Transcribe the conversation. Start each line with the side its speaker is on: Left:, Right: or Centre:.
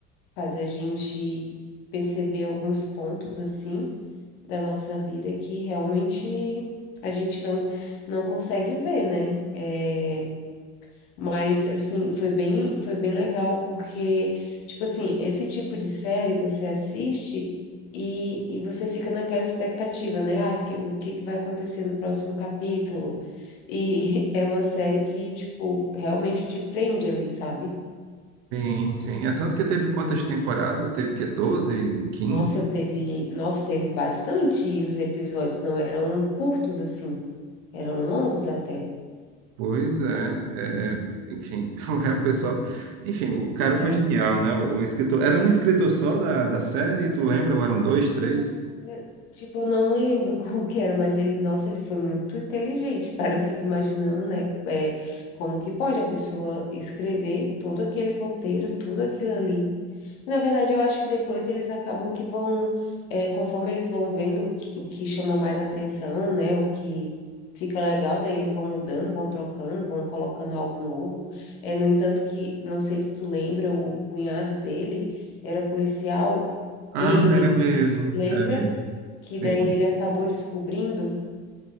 Left: faz a gente perceber alguns pontos assim da nossa vida que realmente a gente não não consegue ver, né? É, mas assim, foi bem foi bem legal porque tipo assim, esse tipo de série você assiste e, e você fica naquela expectativa, né? Ah, que- o que que vai acontecer no próximo capítulo? E <laughs> é uma série que, tipo, realmente te prende ali, sabe?
Right: Sim, sim. É tanto que teve quantas temporadas? Teve que doze quinze
Left: Nossa, teve, nossa, teve bastante e os episódios não eram curtos assim, eram longos até.
Right: Pois é, é, enfim, <laughs> é o pessoal. Enfim, o cara foi
Left: É.
Right: genial, né? O, o escritor. Era um escritor só da, da série, tu lembra? Ou eram dois, três?
Left: E agora, tipo, eu não lembro <laughs> como que era, mas ele, nossa, ele foi muito inteligente, cara. Eu fico imaginando, né, é, como que pode a pessoa escrever todo aquele roteiro, tudo aquilo ali. Na verdade, eu acho que depois eles acabam que vão, é, conforme eles vão vendo o que, o que chama mais atenção, né? O que fica legal, daí eles vão mudando, vão trocando, vão colocando algo novo. É, no entanto, que não sei se tu lembra, o cunhado dele era policial
Right: Ah,
Left: e
Right: era mesmo,
Left: <laughs> lembra
Right: era mesmo.
Left: que
Right: Sim,
Left: daí ele acabou descobrindo.